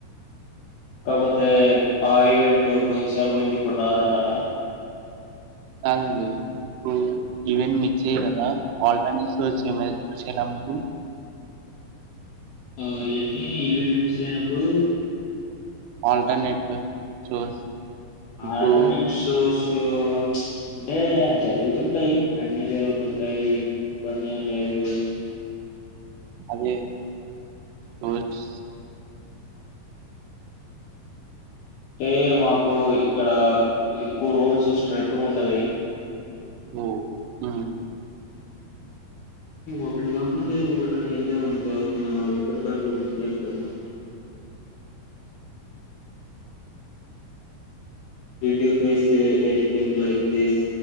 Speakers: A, on the left (about 70°); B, on the right (about 80°).
A: కాపోతే ఆ ఈవెంట్ పోయిన సరిపోయింది ఇప్పుడు రాదంటారా
B: కాదండి ఇప్పుడు ఈవెంట్ మిస్ అయ్యి కదా ఆల్టర్ట్ వచ్చ చూ ఉ
A: ఏంటి ఈవెంట్ మిస్ అయినప్పుడు
B: ఆల్టర్నేట్ సోర్స్ ఇప్పుడు
A: ఆల్టర్నేట్ సోర్స్ అంటే జరుగుతుంటాయి అన్నీ జరుగుతుంటాయి ఇబ్బంది ఏం లేదు
B: అదే సోర్స్
A: అంటే మాకు ఇక్కడ ఎక్కువ రూల్స్ స్ట్రిక్ట్‌గా ఉంటది
B: ఓ హుం
A: ఒకటి కాకపోతే ఒకటిని వెళ్ళాం అనుకో ఒకటె దాంట్లో ముంచేస్తారు మనల్నే did you face anything like this